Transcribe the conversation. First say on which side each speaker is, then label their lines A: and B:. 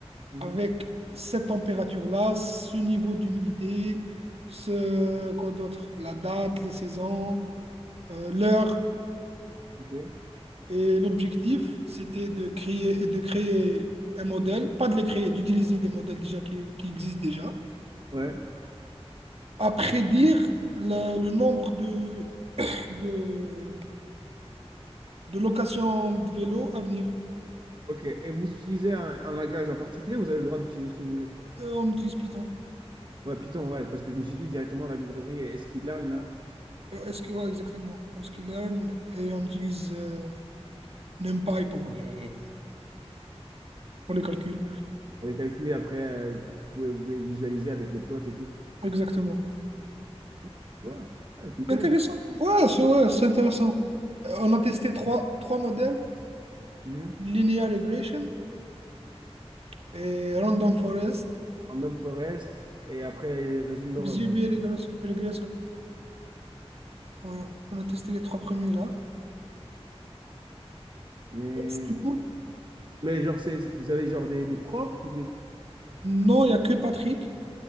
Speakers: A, on the right; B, on the right.
A: Mhm,
B: avec cette température-là, ce niveau d'humidité, ce quoi d'autre, la date, les saisons, euh, l'heure.
A: ok.
B: Et l'objectif, c'était de créer, de créer un modèle, pas de les créer, d'utiliser des modèles déjà qui qui existent déjà
A: Ouais.
B: à prédire le, le nombre de, de, de locations de vélos à venir.
A: Ok, et vous utilisez un, un langage en particulier, vous avez le droit d'utiliser ce que vous voulez.
B: Euh, on utilise Python.
A: Ouais, Python, ouais, parce que je me suis dit directement la librairie, est-ce qu'il a là?
B: Euh, SQL exactement. est-ce qu'il learn et on utilise euh, NumPy pour, le, pour les calculs.
A: Pour les calculs, après, euh, tu pouvais- vous pouvez visualiser avec les plots et tout.
B: Exactement.
A: Tu vois, ah, je m'y connais.
B: Intéressant. Ouais, c'est ouais, c'est intéressant. Euh, On a testé trois, trois modèles,
A: Mhm.
B: Linear Regression et Random Forest,
A: Random forest et après les réseaux de neurones.
B: XGB Regress- Regressor. Ouais, on a testé les trois premiers là.
A: Mais,
B: Oh, C'était cool.
A: mais genre, c'est, vous avez genre des, des profs ou des.
B: Non, il n'y a que Patrick.